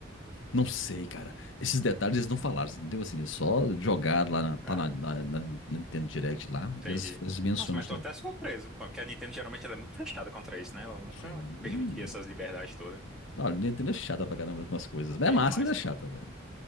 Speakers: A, on the left; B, in the centre.
A: Não sei, cara. Esses detalhes eles não falaram, entendeu? Assim, eles só jogaram lá, na, tá
B: Cara,
A: na, na- na Nintendo Direct lá,
B: Entendi.
A: e eles, eles mencionam
B: Nossa, mas
A: sobre.
B: tô até surpreso, com- que a Nintendo geralmente ela é muito fechada contra isso, né? Ela nunca
A: Sim.
B: permitia essas liberdades todas.
A: Olha, Nintendo é chata pra caramba com as coisas. Mas
B: Demais,
A: é massa, mas é
B: pô.
A: chata, velho.